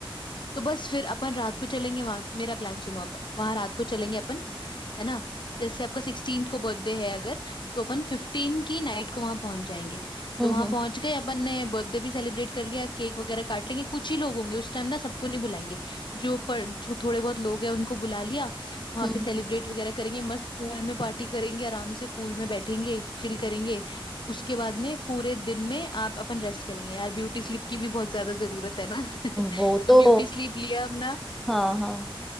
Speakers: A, on the left; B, in the centre.
A: तो बस फिर अपन रात को चलेंगे वहां मेरा प्लान सुनो अब वहां रात को चलेंगे अपन है ना जैसे आपका सिक्सटीन को बर्थडे है अगर तो अपन फिफ्टीन की नाइट को वहां पहुंच जाएंगे
B: हम्म
A: तो वहां
B: हम्म
A: पहुंच गए अपन ने बर्थडे भी सेलिब्रेट कर लिया केक वगैरह काट लेंगे कुछ ही लोग होंगे उस टाइम ना सबको नहीं बुलाएंगे जो पर जो थोड़े बहुत लोग हैं उनको बुला लिया वहां
B: हम्म
A: पे
B: हम्म।
A: सेलिब्रेट वगैरह करेंगे मस्त पूल में पार्टी करेंगे आराम से पूल में बैठेंगे चिल करेंगे उसके बाद में पूरे दिन में आप अपन रेस्ट करेंगे यार ब्यूटी स्लिप की भी बहुत ज्यादा जरूरत है ना <laughs>
B: वो
A: तो
B: तो
A: ब्यूटी स्लीप लिया अपना
B: हाँ हाँ